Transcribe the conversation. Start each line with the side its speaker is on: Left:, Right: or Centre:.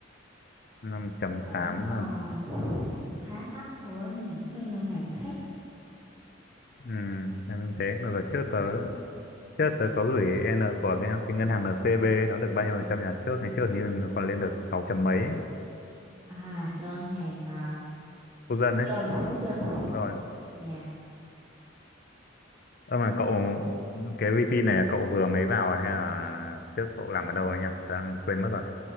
Left: năm chấm
Right: cũng
Left: tám
Right: ờ,
Left: à
Right: cũng khá thấp so với những cái ngân hàng khác
Left: ừ. em thế mà giờ trước tớ trước tớ có gửi N của cái, cái ngân hàng NCB ấy, nó được bao nhiêu phần trăm nhỉ trước ngày trước hình như nó còn lên được sáu chấm mấy ấy,
Right: à ngân hàng ờ,
Left: quốc dân
Right: quốc
Left: đấy
Right: dân quốc dân
Left: đúng rồi
Right: nhà
Left: ơ mà cậu cái VP này là cậu vừa mới vào à hay là trước cậu làm ở đâu ấy nhỉ tớ đang quên mất rồi